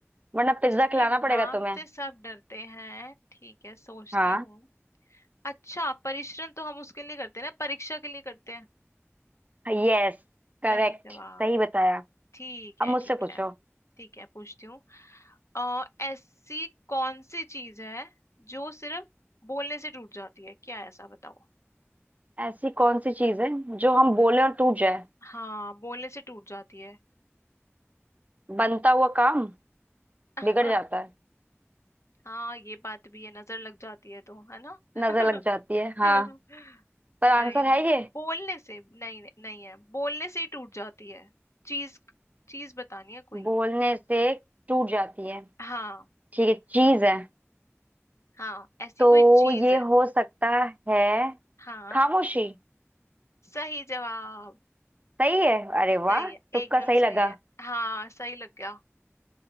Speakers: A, on the right; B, on the left.
A: वरना पिज्जा
B: उसके
A: खिलाना
B: नाम
A: पड़ेगा तुम्हें
B: से सब डरते हैं ठीक है सोचती
A: हाँ
B: हूँ अच्छा परिश्रम तो हम उसके लिए करते हैं ना परीक्षा के लिए करते हैं
A: यस करेक्ट
B: सही जवाब
A: सही बताया
B: ठीक
A: अब
B: है
A: मुझसे
B: ठीक
A: पूछो
B: है ठीक है पूछती हूँ अ, ऐसी कौन सी चीज है जो सिर्फ बोलने से टूट जाती है क्या है ऐसा बताओ
A: ऐसी कौन सी चीज है जो हम बोले और टूट जाए
B: हाँ बोलने से टूट जाती है
A: बनता हुआ काम
B: <laughs>
A: बिगड़ जाता है
B: हाँ ये बात भी है नजर लग जाती है तो है ना <laughs>
A: नजर लग जाती है हाँ
B: <laughs>
A: पर
B: नहीं
A: आंसर
B: नहीं
A: है ये
B: बोलने से नहीं नहीं नहीं है बोलने से ही टूट जाती है चीज चीज बतानी है कोई
A: बोलने से टूट जाती है
B: हाँ
A: ठीक है चीज है
B: हाँ ऐसी
A: तो
B: कोई चीज
A: ये
B: है
A: हो सकता है
B: हाँ
A: खामोशी
B: सही जवाब
A: सही है अरे वाह
B: सही है
A: तुक्का
B: एकदम
A: सही
B: सही
A: लगा
B: है हाँ सही लग गया